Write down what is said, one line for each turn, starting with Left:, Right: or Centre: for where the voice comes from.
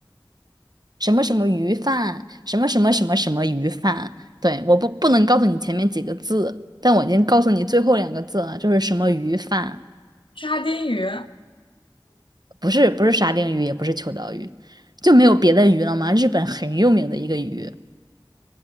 Right: 什么什么鱼饭，什么什么什么什么鱼饭。对，我不不能告诉你前面几个字，但我已经告诉你最后两个字了，就是什么鱼饭，
Left: <laughs> 沙丁鱼、
Right: 不是不是沙丁鱼，也不是秋刀鱼，就没有别的鱼了吗？日本很有名的一个鱼